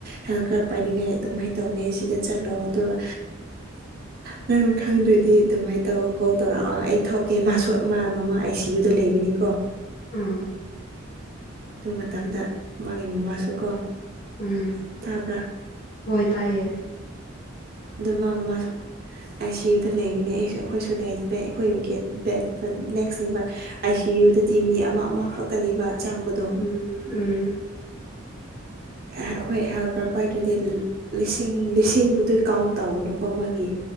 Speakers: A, on the right (about 45°); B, on the left (about 40°).
A: ꯍꯦꯜ ꯀꯥꯔ ꯄꯥꯏꯅꯤꯡꯉꯥꯏ ꯑꯗꯨꯃꯥꯏꯅ ꯇꯧꯅꯤ ꯁꯤꯗ ꯆꯠꯂꯣ ꯑꯗꯨꯒ ꯅꯪꯅ ꯈꯪꯗꯔ꯭ꯤ ꯗꯤ ꯑꯗꯨꯃꯥꯏꯅ ꯇꯧꯔ ꯀꯣꯜ ꯇꯧꯔꯛꯑꯣ ꯑꯩ ꯊꯣꯛꯀꯦ ꯃꯥꯁꯨ ꯃꯃꯥ ꯑꯥꯏ ꯁꯤ ꯌꯨꯗ ꯂꯩꯕꯅꯤꯀꯣ
B: ꯎꯝ
A: ꯑꯗꯨ ꯃꯇꯝꯗ ꯃꯥꯒꯤ ꯃꯃꯥꯁꯨ ꯀꯣ
B: ꯎꯝ
A: ꯇꯥꯕ꯭ꯔꯥ
B: ꯍꯣꯏ ꯇꯥꯏꯌꯦ
A: ꯑꯗꯨ ꯃꯥ ꯃꯥꯁꯨ ꯑꯥꯏ ꯁꯤ ꯌꯨꯗ ꯂꯩꯕꯅꯦ ꯑꯩꯁꯨ ꯑꯩꯈꯣꯏꯁꯨ ꯂꯩ ꯑꯩꯈꯣꯏ ꯕꯦꯠ ꯅꯦꯛꯁꯅꯦꯕ ꯑꯥꯏ ꯁꯤ ꯌꯨꯗꯗꯤ ꯃꯤ ꯑꯃ ꯑꯃꯈꯛꯇꯅꯦꯕ ꯆꯪꯕꯗꯣ
B: ꯎꯝ ꯎꯝ
A: ꯑꯩꯈꯣꯏ ꯍꯦꯜ ꯀꯥꯔ ꯄꯥꯏꯗ꯭ꯔꯗꯤ ꯂꯤꯁꯤꯡ ꯂꯤꯁꯤꯡꯕꯨꯗꯨ ꯀꯥꯎꯟ ꯇꯧꯒꯅꯨꯀꯣ ꯃꯥꯒꯤ